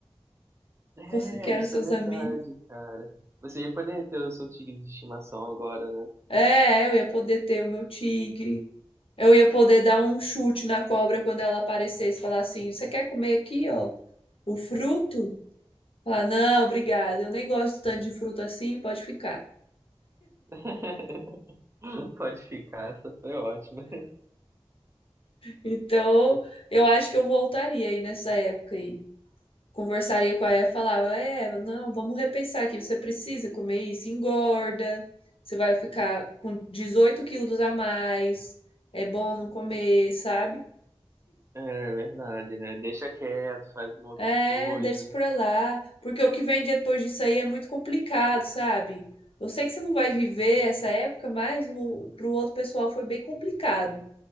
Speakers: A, on the right; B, on the left.
A: É,
B: Você que eram
A: isso
B: seus
A: é verdade,
B: amigos.
A: cara. Você ia poder ter o seu tigre de estimação agora, né?
B: É, eu ia poder ter o meu tigre. Eu ia poder dar um chute na cobra quando ela aparecesse e falar assim: Você quer comer aqui, ó, o fruto? Falar, não, obrigada, eu nem gosto tanto de fruto assim, pode ficar.
A: <laughs> Pode ficar, essa foi ótima.
B: Então, eu acho que eu voltaria aí nessa época aí. Conversaria com a Eva, falava: "Eva, não, vamos repensar aqui, você precisa comer isso, engorda, você vai ficar com 18 quilos a mais, é bom não comer, sabe?
A: É verdade, né? Deixa quieto, faz uma outra
B: É,
A: coisa.
B: deixa por lá, porque o que vem depois disso aí é muito complicado, sabe? Eu sei que você não vai viver essa época, mas o, pro outro pessoal foi bem complicado.